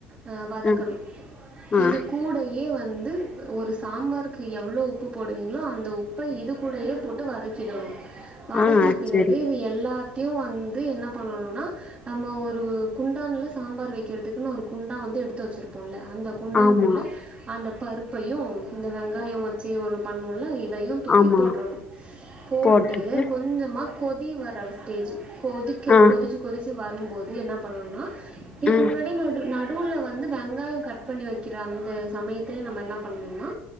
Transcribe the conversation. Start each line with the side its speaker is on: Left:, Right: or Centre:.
Right: அ வதக்கணு
Left: ஆ ஆ
Right: இது கூடயே வந்து ஒரு சாம்பாருக்கு எவ்ளோ உப்பு போடுவீங்களோ அந்த உப்ப இது கூடயே போட்டு வதக்கிடணு வதக்குன
Left: ஆ
Right: பிறகு
Left: சரி
Right: இது எல்லாத் த்தியு வந்து என்ன பண்ணணுன்னா நம்ம ஒரு குண்டான்ல சாம்பார் வெக்கிறதுக்குன்னு ஒரு குண்டா வந்து எடுத்து வெச்சிர்ப்போல்ல அந்த குண்டாங்குள்ள
Left: ஆமா
Right: அந்த பருப்பையு இந்த வெங்காய வச்சி ஒன்னு பண்ணுவோல்ல இதையு தூக்கி
Left: ஆமா
Right: போட்றனு போட்டு
Left: போட்டுட்டு
Right: கொஞ்சமா கொதி தி வர ஸ்டேஜ்ஜு கொதிக்க
Left: ஆ
Right: கொதிச்சி கொதிச்சி வரும்போது என்ன பண்ணணுன்னா இதுக்குமுன்னாடி
Left: ஆ
Right: நடு நாட் நடுல வந்து வெங்காயொ கட் பண்ணி வெக்கிற அந்த சமயத்துல நம்ப என்னா பண்ணனுன்னா